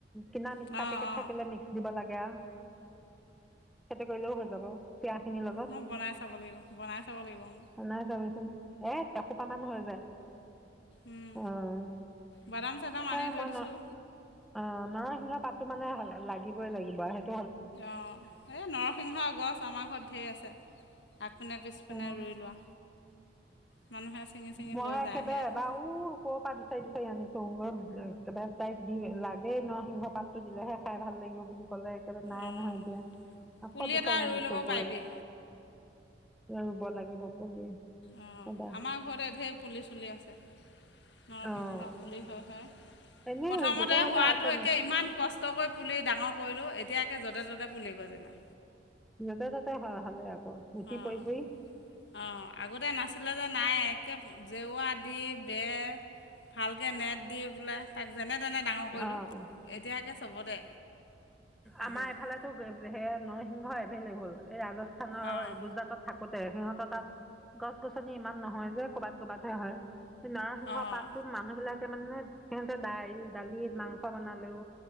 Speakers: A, in the centre; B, on the left.
A: কিনা মিক্সা
B: অঁ
A: পেকেট
B: অঁ
A: থাকিলে মিক্স দিব লাগে। সিটো কৰিলেও হৈ যাব। চিৰা খিনিৰ লগত
B: ম বনাই চাব লাগিব বনাই। চাব লাগিব মোৰ
A: নাই চাবিচোন এ এসোপামান হৈ যায়।
B: উম
A: অঁ
B: বাদাম চাদাম
A: সেই
B: আনি থৈ
A: মই
B: দিছোঁ।
A: ন অ নৰসিংহৰ পাতো মানে লাগিবই লাগিব আৰু স।
B: অঁ এই নৰসিংহ গছ আমাৰ ঘৰত ঢেৰ আছে। ফোনে পিছফনে
A: অ
B: ৰুই লোৱা। মানুহে ছিঙি ছিঙি
A: মই
B: লৈ
A: একেবাৰে
B: যায়হে আহি
A: বাৰু ক পৰা দিছো। বিচাৰি বিচাৰি আনিছো <unintelligible> একবাৰে তাইক দি লাগেই নসিংহ পাতটো দিলেহে খায় ভাল লাগিব বুলি কলে একেবাৰে নাই
B: অঁ
A: নহয় এতিয়া, আকৌ
B: পুলি
A: বিচাৰি
B: এটা ৰুই
A: আনিছো
B: ল'ব পাৰিবি
A: গৈ ৰুব লাগিব পুলি।
B: অঁ
A: এবাৰ
B: আমাৰ ঘৰতে ধেই পুলি চুলি আছে। নৰসিংহৰ
A: অঁ
B: পুলি হয় হয়
A: এনেই
B: প্ৰথমতে
A: য'তে ত'তে
B: হোৱাতো
A: আছে
B: একে ইমান কষ্টকৈ পুলি ডাঙৰ কৰিলো, এত এতিয়া একে য'তে ত'তে পুলি গজিলে।
A: যতে তাতে হয় হলে আকৌ গুটি
B: অঁ
A: পৰি পৰি।
B: অঁ আগতে নাছিলে যে নাই একে জেওৱা দি দে, ভালকে নেট দি পেলাই, তাক যেনে তেনে ডাঙৰ কৰিলো,
A: অঁ
B: এতিয়া একে চবতে। আহি
A: আমাৰ
B: গ'ল
A: এফালেটো সে নৰসিংহ এভেইলেবল এই ৰাজস্থানৰ
B: অঁ
A: গুজৰাটত থাক থাকোতে সিহঁত তাত গছ গছনি ইমান নহয় যে কৰ'বাত ক'ৰবাতহে হয়। সেই নৰসিংহ
B: অঁ
A: পাতটো মানুহ বিলাকে মানে সিহঁতে দাইল দালিত মাংস বনালেও